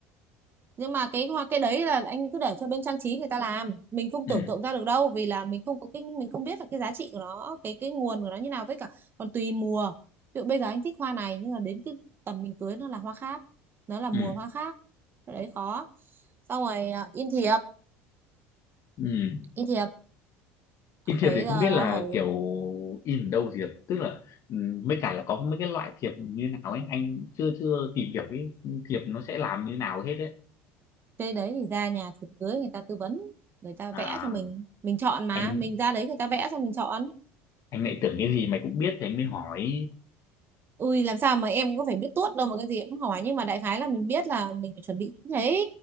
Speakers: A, on the right (about 35°); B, on the left (about 55°).
A: nhưng mà cái hoa cái đấy là anh cứ để cho bên trang trí người ta làm mình không
B: ừ
A: tưởng tượng ra được đâu vì là mình không có cái mình không biết là cái giá trị của nó cái cái nguồn của nó như nào với cả còn tùy mùa ví dụ bây giờ anh thích hoa này nhưng mà đến cái tầm mình cưới nó là hoa khác nó là mùa
B: ừ
A: hoa khác cái đấy khó xong rồi à, in thiệp
B: ừ
A: in thiệp
B: in thiệp
A: phải
B: thì không
A: giờ
B: biết
A: là
B: là
A: phải
B: kiểu in ở đâu thiệp tức là ừ, mới cả là có mấy cái loại thiệp như nào ấy anh chưa chưa tìm hiểu cái thiệp nó sẽ làm như nào hết ấy
A: cái đấy thì ra nhà thiệp cưới người ta tư vấn người ta
B: à
A: vẽ cho mình mình chọn mà
B: anh
A: mình ra đấy người ta vẽ xong mình chọn
B: anh lại tưởng cái gì mày cũng biết thì anh mới hỏi
A: Ui làm sao mà em có phải biết tuốt đâu mà cái gì em cũng hỏi nhưng mà đại khái là mình biết là mình phải chuẩn bị những thế